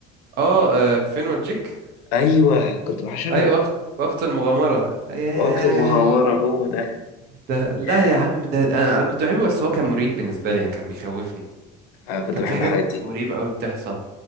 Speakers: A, on the right (about 60°); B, on the left (about 80°).
A: اه آه، فين وجيك
B: ايوه كنت بعشقه
A: ايوه وقت وقت المغامره ياه
B: وقت مغامره هو ده
A: ده لا
B: ياه.
A: يا عم ده انا أنا كنت بحبه بس هو كان مريب بالنسبه لي يعني كان بيخوفني
B: آه كنت
A: كان
B: بحب
A: في حاجات
B: الحاجات دي
A: مريبه قوي بتحصل